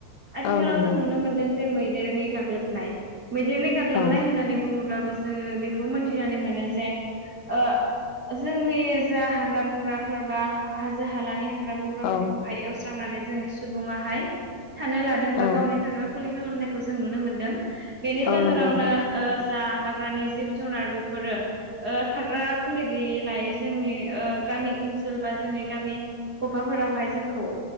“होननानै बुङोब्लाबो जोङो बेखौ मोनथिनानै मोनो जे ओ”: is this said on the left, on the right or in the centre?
Right